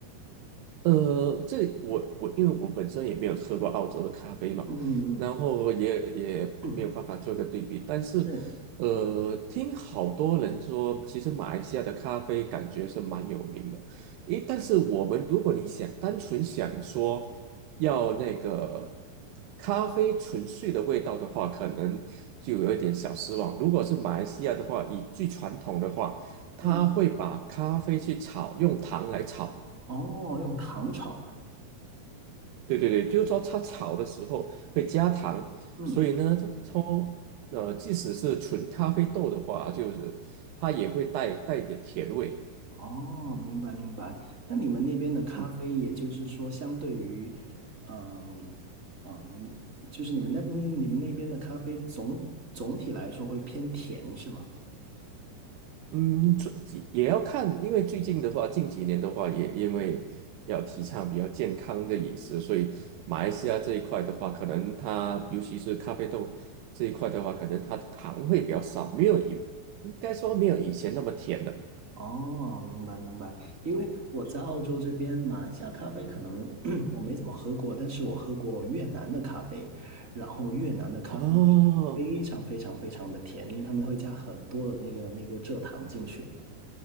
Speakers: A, on the right; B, on the right.
A: 呃，这我我因为我本身也没有喝过澳洲的咖啡嘛，
B: 嗯嗯嗯，
A: 然后也也没有办法做一个对比，
B: 嗯
A: 但是
B: 是，
A: 呃，听好多人说，其实马来西亚的咖啡感觉是蛮有名的。诶，但是我们如果你想单纯想说要那个咖啡纯粹的味道的话，可能就有一点小失望。如果是马来西亚的话，以最传统的话，它会把咖啡去炒，
B: 嗯，
A: 用糖来炒。
B: 哦，用糖炒啊，
A: 对对对，就是说它炒的时候会加糖，
B: 嗯，
A: 所以呢，从呃，即使是纯咖啡豆的话，就是它也会带带一点甜味。
B: 哦，明白明白。那你们那边的咖啡，
A: 嗯，
B: 也就是说，相对于，嗯，哦，那就是你们那嗯你们那边的咖啡总总体来说会偏甜是吗？
A: 嗯，这也要看，因为最近的话，近几年的话，也因为要提倡比较健康的饮食，所以马来西亚这一块的话，可能它尤其是咖啡豆这一块的话，可能它的糖会比较少，没有以应该说没有以前那么甜了。
B: 哦，明白明白，因为我在澳洲这边，马来西亚咖啡可能 <clears throat> 我没怎么喝过，但是我喝过越南的咖啡，然后越南的咖啡就是非常非常非常的甜，
A: 哦，
B: 因为他们会加很多的那个那个蔗糖进去，